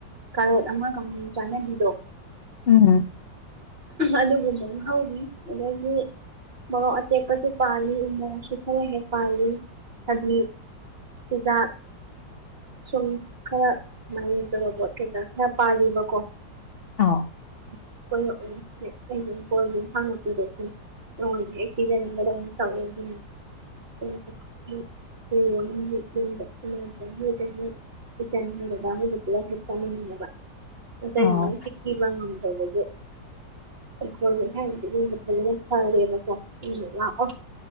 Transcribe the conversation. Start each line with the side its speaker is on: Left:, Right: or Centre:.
Right: ꯀꯥꯔꯣꯠ ꯑꯃ ꯀꯥꯡꯍꯧ ꯆꯥꯅꯕꯤꯗꯣ
Left: ꯎꯝ
Right: ꯑꯗꯨꯒꯨꯝꯕ ꯑꯃ ꯍꯧꯔꯤ ꯑꯗꯒꯤ ꯃꯣꯔꯣꯛ ꯑꯇꯦꯛꯄꯁꯨ ꯄꯥꯜꯂꯤ ꯎꯃꯣꯔꯣꯛꯁꯨ ꯈꯔ ꯍꯦꯛ ꯄꯥꯜꯂꯤ ꯍꯥꯏꯗꯤ ꯆꯨꯖꯥꯛ ꯁꯨꯝ ꯈꯔ ꯃꯥꯏꯔꯦꯟ ꯇꯣꯔꯕꯣꯠ ꯀꯩꯀꯥ ꯈꯔ ꯄꯥꯜꯂꯤꯕꯀꯣ
Left: ꯑ
Right: <unintelligible> <unintelligible> ꯄꯨꯂꯞ ꯍꯥꯛ ꯆꯥꯃꯤꯟꯅꯅꯕ <unintelligible>
Left: ꯑꯥꯎ
Right: ꯉꯝꯗꯕꯒꯤ <unintelligible> ꯐꯖꯅ ꯐꯔꯦꯕꯀꯣ <unintelligible>